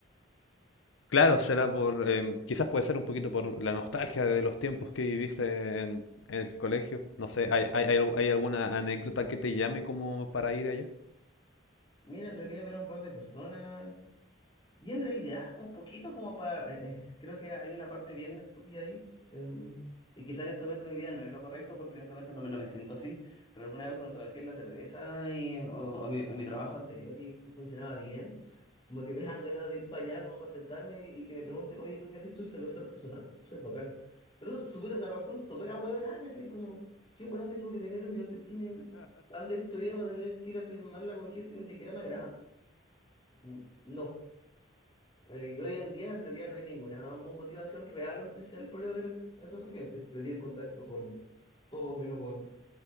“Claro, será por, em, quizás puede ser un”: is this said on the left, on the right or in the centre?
Left